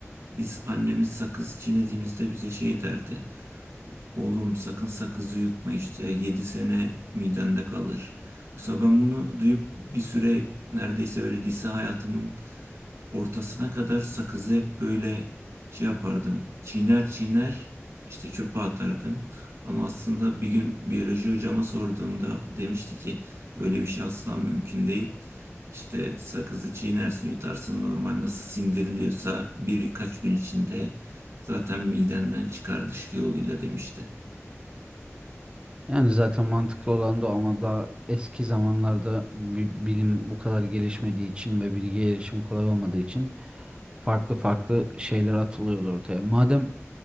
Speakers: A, on the right; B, on the right.
A: biz annemiz sakız çiğnediğimizde bize şey derdi. Oğlum sakın sakızı yutma işte 7 sene midende kalır. Mesela ben bunu duyup bir süre neredeyse böyle lise hayatımın ortasına kadar sakızı hep böyle şey yapardım. Çiğner çiğner işte çöpe atardım. Ama aslında bir gün biyoloji hocama sorduğumda demişti ki böyle bir şey asla mümkün değil. İşte sakızı çiğnersin yutarsın normal nasıl sindiriliyorsa birkaç gün içinde zaten midenden çıkar dışkı yoluyla demişti.
B: Yani zaten mantıklı olan da o ama daha eski zamanlarda bi- bilim bu kadar gelişmediği için ve bilgiye erişim kolay olmadığı için farklı farklı şeyler atılıyordu ortaya. Madem